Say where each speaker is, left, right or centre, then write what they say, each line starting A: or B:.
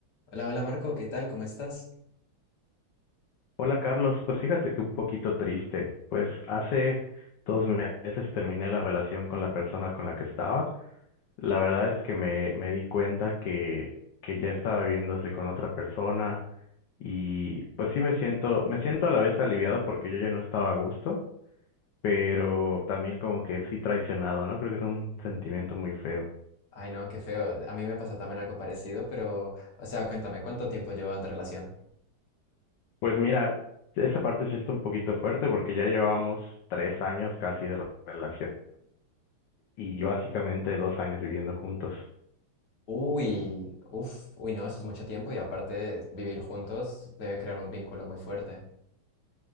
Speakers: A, on the left; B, on the left.
A: Hola, hola Marco, ¿qué tal? ¿Cómo estás?
B: Hola Carlos, pues fíjate que un poquito triste, pues hace dos meses terminé la relación con la persona con la que estaba. La verdad es que me, me di cuenta que, que ya estaba viéndose con otra persona y pues sí me siento, me siento a la vez aliviado porque yo ya no estaba a gusto, pero también como que sí traicionado, ¿no? Creo que es un sentimiento muy feo.
A: Ay, no, qué feo. A mí me pasó también algo parecido, pero, o sea, cuéntame, ¿cuánto tiempo llevaban de relación?
B: Pues mira, esa parte sí está un poquito fuerte porque ya llevábamos tres años casi de relación. y básicamente dos años viviendo juntos.
A: Uy, uff, uy, no, eso es mucho tiempo y aparte vivir juntos debe crear un vínculo muy fuerte.